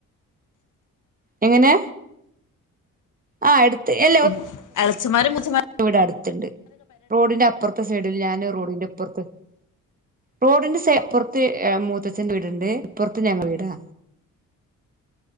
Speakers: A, on the right (about 25°); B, on the left (about 60°).
A: എങ്ങനെ ആ എടുത്ത് എ
B: ഉ എളച്ചിമാരും മുത്തച്ഛി
A: ഇവിടെ അടുത്തുണ്ട് റോഡിന്റെ അപ്പുറത്തെ സൈഡിൽ ഞാന് റോഡിന്റെപ്പുറത്ത് റോഡിന്റെ സൈ അപ്പുറത്ത് മൂത്തച്ഛന്റെ വീടുണ്ട് ഇപ്പുറത്ത് ഞങ്ങൾ വീടാ